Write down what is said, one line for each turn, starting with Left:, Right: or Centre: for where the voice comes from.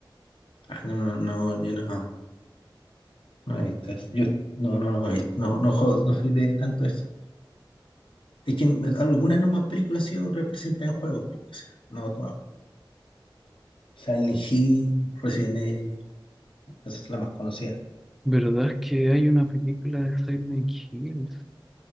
Left: Ah, no, no, no, yo no, no he visto eso. Yo, no, no, no he visto. No, no, juego- no soy de tanto eso. Es que algunas nomás películas han sido representadas en juegos, porque, o sea, no todas. Silent Hill, Resident Evil, esa es la más conocida.
Centre: ¿Verdad es que hay una película de Silent Hill?